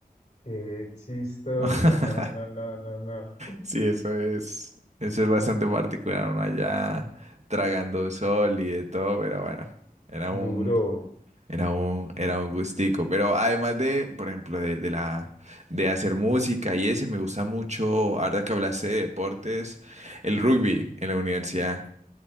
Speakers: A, on the left; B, on the right.
A: Qué chistoso,
B: <laughs>
A: no, no, no, no, no.
B: Sí, eso es, eso es bastante particular, uno allá tragando sol y de todo, pero bueno, era un,
A: Duro.
B: era un, era un gustico. Pero además de, por ejemplo, de, de la, de hacer música y ese, me gusta mucho, ahora que hablaste de deportes, el rugby en la universidad.